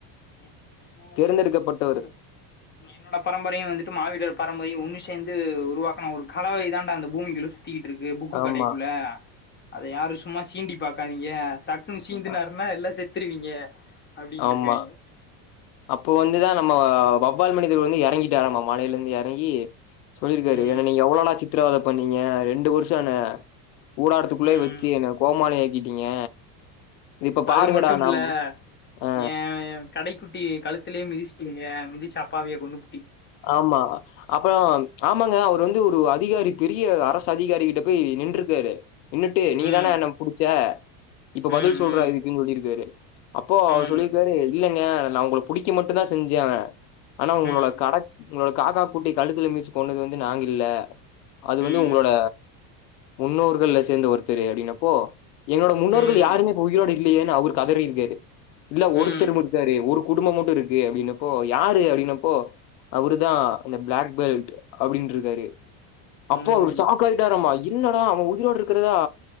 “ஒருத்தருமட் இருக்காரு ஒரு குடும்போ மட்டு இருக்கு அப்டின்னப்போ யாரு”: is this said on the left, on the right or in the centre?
Left